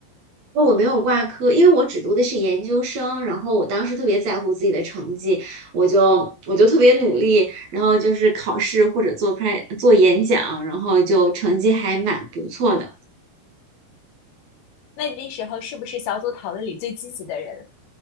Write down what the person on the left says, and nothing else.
<laughs> 那你那时候是不是小组讨论里最积极的人？